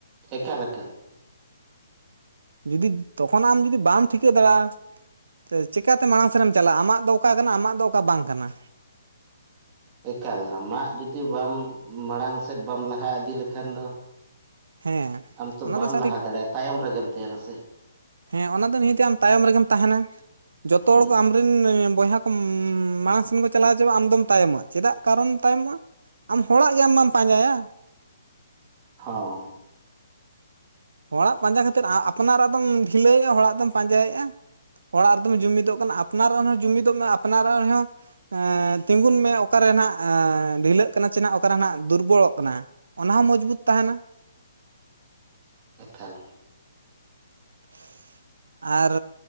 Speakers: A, on the right; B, on the right.
A: ᱮᱠᱟᱞ ᱮᱠᱟᱞ
B: ᱡᱩᱫᱤ ᱛᱚᱠᱷᱚᱱ ᱟᱢ ᱡᱩᱫᱤ ᱵᱟᱢ ᱴᱷᱤᱠᱟᱹ ᱫᱟᱲᱮᱭᱟᱜᱼᱟ ᱪᱤᱠᱟᱛᱮ ᱢᱟᱲᱟᱝ ᱥᱮᱱᱢ ᱪᱟᱞᱟᱜᱼᱟ ᱟᱢᱟᱜ ᱫᱚ ᱚᱠᱟ ᱠᱟᱱᱟ ᱟᱢᱟᱜ ᱫᱚ ᱚᱠᱟ ᱵᱟᱝ ᱠᱟᱱᱟ᱾
A: ᱮᱠᱟᱞ ᱟᱢᱟᱜ ᱡᱩᱫᱤ ᱵᱟᱢ ᱢᱟᱲᱟᱝ ᱥᱮᱫ ᱵᱟᱢ ᱞᱟᱦᱟ ᱤᱫᱤ ᱞᱮᱠᱷᱟᱱ ᱫᱚ᱾
B: ᱦᱮᱸ
A: ᱟᱢ ᱛᱚ
B: ᱚᱱᱟ
A: ᱵᱟᱢ
B: ᱫᱚ ᱥᱟᱹᱨᱤ
A: ᱞᱟᱦᱟ ᱫᱟᱲᱮᱭᱟᱜᱼᱟ ᱛᱟᱭᱚᱢ ᱨᱮᱜᱮᱢ ᱛᱟᱦᱮᱱᱟ ᱥᱮ
B: ᱦᱮᱸ ᱚᱱᱟ ᱫᱚ ᱱᱤᱦᱟᱹᱛ ᱟᱢ ᱛᱟᱭᱚᱢ ᱨᱮᱜᱮᱢ ᱛᱟᱦᱮᱱᱟ ᱡᱚᱛᱚ
A: ᱦᱩᱸ
B: ᱦᱚᱲ ᱠᱚ ᱟᱢᱨᱮᱱ ᱵᱚᱭᱦᱟ ᱠᱚ ᱢᱟᱲᱟᱝ ᱥᱮᱱ ᱠᱚ ᱪᱟᱞᱟᱣ ᱪᱟᱼᱟ ᱟᱢ ᱫᱚᱢ ᱛᱟᱭᱚᱢᱟ ᱪᱮᱫᱟᱜ ᱠᱟᱨᱚᱱ ᱛᱟᱭᱚᱢᱚᱜᱼᱟ ᱟᱢ ᱦᱚᱲᱟᱜ ᱜᱮ ᱟᱢ ᱢᱟᱢ ᱯᱟᱸᱡᱟᱭᱟ᱾
A: ᱦᱚᱸ
B: ᱦᱚᱲᱟᱜ ᱯᱟᱸᱡᱟ ᱠᱷᱟᱹᱛᱤᱨ ᱟᱯᱱᱟᱨᱟᱜ ᱫᱚᱢ ᱰᱷᱤᱞᱟᱹᱭᱣᱮᱫᱼᱟ ᱦᱚᱲᱟᱜ ᱫᱚᱢ ᱯᱟᱸᱡᱟᱭᱮᱫᱼᱟ᱾ ᱚᱲᱟᱜ ᱨᱮᱫᱚᱢ ᱡᱩᱢᱤᱫᱚᱜ ᱠᱟᱱᱟ ᱟᱯᱱᱟᱨ ᱨᱟᱱ ᱦᱚᱸ ᱡᱩᱢᱤᱫᱚᱜ ᱢᱮ ᱟᱯᱱᱟᱨ ᱨᱟᱱ ᱦᱚᱸ ᱛᱤᱸᱜᱩᱱ ᱢᱮ ᱚᱠᱟᱨᱮ <unintelligible> ᱰᱷᱤᱞᱟᱹᱜ ᱠᱟᱱᱟ ᱥᱮ ᱚᱠᱟᱟᱨᱮ ᱫᱩᱨᱵᱚᱞᱚᱜ ᱠᱟᱱᱟ ᱚᱱᱟ ᱦᱚᱸ ᱢᱚᱡᱽᱵᱩᱛ ᱛᱟᱦᱮᱱᱟ <inaudible>
A: ᱮᱠᱟᱞ
B: <inaudible> ᱟᱨ